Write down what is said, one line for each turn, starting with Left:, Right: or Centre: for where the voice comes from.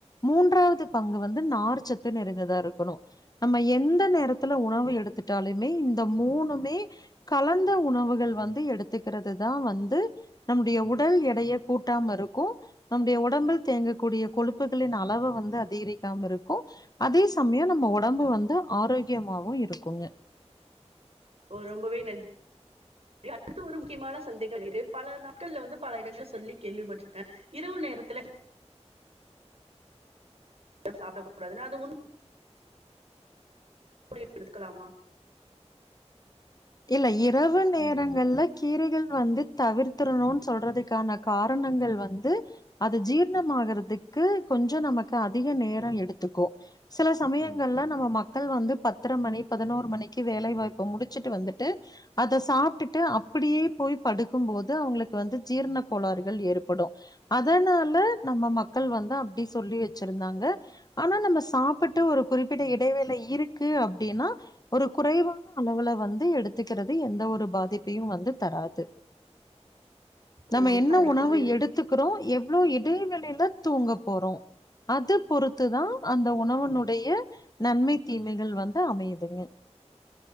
Left: மூன்றாவது பங்கு வந்து நார்ச்சத்து நிறைந்ததா இருக்கணு நம்ம எந்த நேரத்துல உணவு எடுத்துட்டாலுமே இந்த மூணுமே கலந்த உணவுகள் வந்து எடுத்துக்கிறதுதா வந்து நம்முடைய உடல் எடைய கூட்டாம இருக்கு நம்முடைய உடம்பில் தேங்கக்கூடிய கொழுப்புகளின் அளவ வந்து அத் அதிகரிக்காம இருக்கு அதே சமயோ நம்ம ஒடம்பு வந்து ஆரோக்கியமாவு இருக்குங்க
Right: ஓ ரொம்பவே நன்றி அடுத்து ஒரு முக்கியமான சந்தேகோ இருக்கு பல நாட்கள்ல வந்து பல இடங்கள சொல்லி கேள்விப்பட்டிருக்கே இரவு நேரத்துல <inaudible> சாப்பிட கூடாதுன்னு அது <inaudible> எடுத்துக்கலாமா
Left: இல்ல இரவு நேரங்கள்ல கீரைகள் வந்து தவிர்த்திரணுன்னு சொல்றதுக்கான காரணங்கள் வந்து அது ஜீர்ணமாகிறதுக்கு கொஞ்ச நமக் க்கு அதிக நேரோ எடுத்துக்கு சில சமய ல நம்ம மக்கள் வந்து பத்தரை மணி பதினோரு மணிக்கு வேலைவாய்ப்பு முடிச்சுட்டு வந்துட் ட்டு அத சாப்ட்டுட்டு அப்டியே போய் படுக்கும்போது அவங்களுக்கு வந்து ஜீரண கோளாறுகள் ஏற்படு அதனால நம்ம மக்கள் வந்து அப்டி சொல்லி வச்சிருந்தாங்க ஆனா நம்ம சாப்பிட்டு ஒரு குறிப்பிட்ட இடைவேளை இருக்கு அப்டின்னா ஒரு குறைவான அளவுல வந்து எடுத்து த்துக்கிறது எந்த ஒரு பாதிப்பையு வந்து தராது நம்ம
Right: ஓ
Left: என்ன
Right: சரி
Left: உணவு
Right: தோழி
Left: எடுத்துக்கிறோ எவ் இவ்ளோ இடைவெளியில தூங்க போறோம் அது பொறுத்துதா அந்த உணவனுடைய நன்மை தீமைகள் வந்து அமையுதுங்க